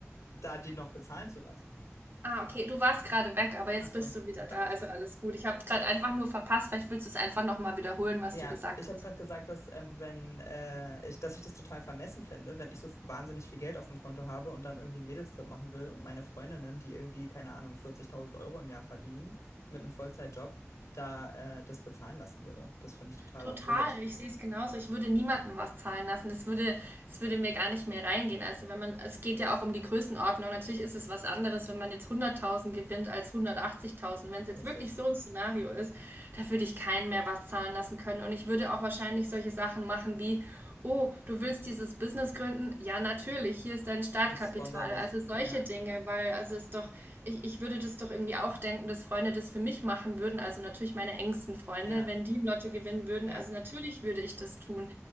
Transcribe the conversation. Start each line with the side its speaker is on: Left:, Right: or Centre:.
Left: da die noch bezahlen zu lassen.
Right: Ah, okay, du warst gerade weg, aber jetzt
Left: Ach so,
Right: bist du wieder
Left: verdammt.
Right: da, also alles gut. Ich habe gerade einfach nur verpasst, vielleicht willst du es einfach nochmal wiederholen, was
Left: Ja,
Right: du gesagt
Left: ich habe
Right: hast.
Left: gerade gesagt, dass ähm, wenn äh, ich, dass ich das total vermessen fände, wenn ich so wahnsinnig viel Geld auf dem Konto habe und dann irgendwie einen Mädelstrip machen will und meine Freundinnen, die irgendwie, keine Ahnung, 40.000 Euro im Jahr verdienen mit einem Vollzeitjob, da äh, das bezahlen lassen würde. Das finde ich total
Right: Total,
Left: absurd.
Right: ich sehe es genauso. Ich würde niemandem was zahlen lassen. Das würde, das würde mir gar nicht mehr reingehen. Also wenn man, es geht ja auch um die Größenordnung. Natürlich ist es was anderes, wenn man jetzt 100.000 gewinnt als 180.000. Wenn es jetzt
Left: Richtig.
Right: wirklich so ein Szenario ist, da würde ich keinen mehr was zahlen lassen können. Und ich würde auch wahrscheinlich solche Sachen machen wie oh, du willst dieses Business gründen? Ja, natürlich, hier ist dein Startkapital.
Left: Ich sponsor dich.
Right: Also solche
Left: Ja,
Right: Dinge, weil also ist doch, ich, ich würde das doch irgendwie auch denken, dass Freunde das für mich machen würden, also natürlich meine engsten Freunde,
Left: ja,
Right: wenn die im Lotto gewinnen würden,
Left: ja.
Right: also natürlich würde ich das tun.